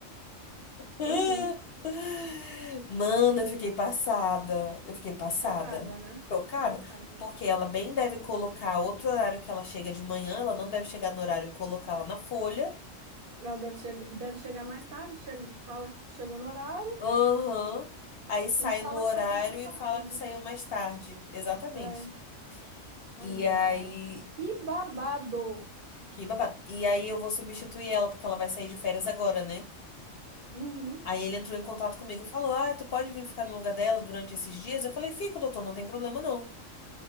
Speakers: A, on the left; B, on the right.
A: <laughs>
B: Uhum.
A: Mano, eu fiquei passada. Eu fiquei passada.
B: Chocada, né?
A: Chocada.
B: Chocada.
A: Porque ela bem deve colocar outro horário que ela chega de manhã. Ela não deve chegar no horário e colocar lá na folha.
B: Ela deve, che deve chegar mais tarde, chega, fala que chegou no horário
A: Aham. Aí sai
B: e fala
A: no horário
B: que saiu mais
A: e
B: tarde.
A: fala que saiu mais tarde. Exatamente.
B: É. Olha,
A: E aí.
B: cara, que, que babado.
A: Que babado. E aí eu vou substituir ela, porque ela vai sair de férias agora, né?
B: Uhum.
A: Aí ele entrou em contato comigo e falou: Ah, tu pode vir ficar no lugar dela durante esses dias? Eu falei: Fico, doutor, não tem problema não.